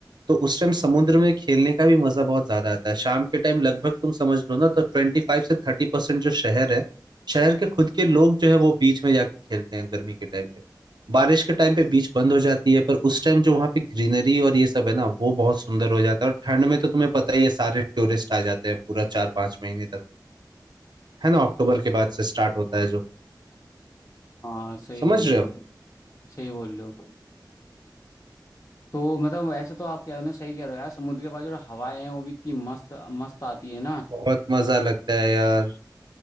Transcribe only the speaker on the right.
तो उस टाइम समुद्र में खेलने का भी मजा बहुत ज्यादा आता है शाम के टाइम लगभग तुम समझ लो ना तो ट्वेंटी फाइव से थर्टी परसेंट जो शहर है शहर के खुद के लोग जो है वो बीच में जाके खेलते हैं गर्मी के टाइम पे बारिश के टाइम पे बीच बंद हो जाती है पर उस टाइम जो वहाँ पे ग्रीनरी और ये सब है ना वो बहुत सुंदर हो जाता है और ठंड में तो तुम्हें पता ही है सारे टूरिस्ट आ जाते हैं पूरा चार पांच महीने तक है ना अक्टूबर के बाद से स्टार्ट होता है जो
समझ
रहे
हो
बहुत मजा लगता है यार